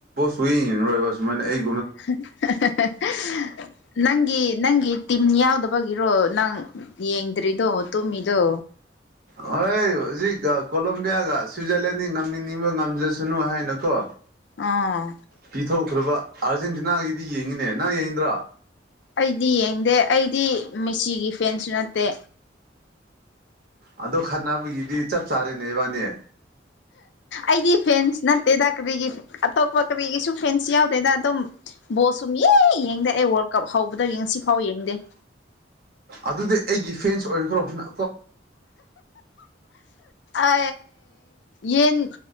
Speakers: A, on the right; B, on the left.
A: ꯁꯨꯋꯤꯡ ꯔꯣꯏꯕ ꯁꯨꯃꯥꯏꯅ ꯑꯩ
B: <unintelligible> ꯅꯪꯒꯤ ꯅꯪꯒꯤ ꯇꯤꯝ ꯌꯥꯎꯗꯕꯒꯤꯔꯣ ꯅꯪ ꯌꯦꯡꯗ꯭ꯔꯤꯗꯣ ꯇꯨꯝꯃꯤꯗꯣ
A: ꯍꯣꯏ ꯍꯨꯖꯤꯛ ꯀꯣꯂꯝꯣꯕꯤꯌꯥꯒ ꯁ꯭ꯋꯤꯖꯔꯂꯦꯟꯅꯤ ꯉꯝꯅꯤꯡꯅꯤꯡꯕ ꯉꯝꯖꯁꯅꯨ ꯍꯥꯏꯅꯀꯣ
B: ꯑꯥ
A: ꯄꯤꯊꯣꯛꯈ꯭ꯔꯕ ꯑꯥꯔꯖꯦꯟꯇꯤꯅꯥꯒꯤꯗꯤ ꯌꯦꯡꯉꯤꯅꯦ ꯅꯪ ꯌꯦꯡꯗ꯭ꯔꯣ
B: ꯑꯩꯗꯤ ꯌꯦꯡꯗꯦ ꯑꯩꯗꯤ ꯃꯦꯁꯤꯒꯤ ꯐꯦꯟꯁꯨ ꯅꯠꯇꯦ
A: ꯑꯗꯣ ꯈꯠꯅꯕꯒꯤꯗꯤ ꯆꯞ ꯆꯥꯔꯦꯅꯦ ꯏꯕꯥꯅꯦ
B: ꯑꯩꯒꯤ ꯐꯦꯟꯁ ꯅꯠꯇꯦꯀꯔꯤꯒꯤ ꯑꯇꯣꯞꯄ ꯀꯥꯕꯤꯒꯤꯁꯨ ꯐ꯭ꯔꯦꯟꯁ ꯌꯥꯎꯗꯦꯗ ꯑꯗꯨꯝ ꯕꯣꯜ ꯁꯨꯝ ꯌꯦꯡ ꯌꯦꯡꯗꯦ ꯑꯩ ꯋꯥꯔꯜ ꯀꯞ ꯍꯧꯕꯗꯒꯤ ꯉꯁꯤꯐꯥꯎ ꯌꯦꯡꯗꯦ
A: ꯑꯗꯨꯗꯤ ꯑꯩꯒꯤ ꯐꯦꯟꯁ ꯑꯣꯏꯈ꯭ꯔꯣꯅ
B: ꯑ ꯌꯦꯟ